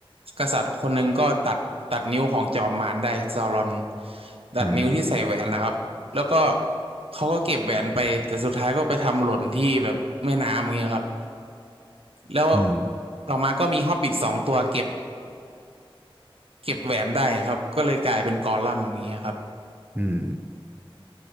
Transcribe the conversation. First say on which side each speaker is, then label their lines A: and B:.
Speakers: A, on the right; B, on the right.
A: กษัตริย์คนหนึงก็ตัดตัดนิ้วของจอมมารได้ซารอนตัดนิ้วที่ใส่แหวนนะครับแล้วก็
B: อืม
A: เขาก็เก็บแหวนไปแต่สุดท้ายก็ไปทำหล่นที่แบบแม่น้ำอย่างเงี้ยครับแล้ว
B: อืม
A: ต่อมาก็มีฮอบบิทสองตัวเก็บเก็บแหวนได้ครับก็เลยกลายเป็นกอลัมน์อย่างเงี้ยครับ
B: อืม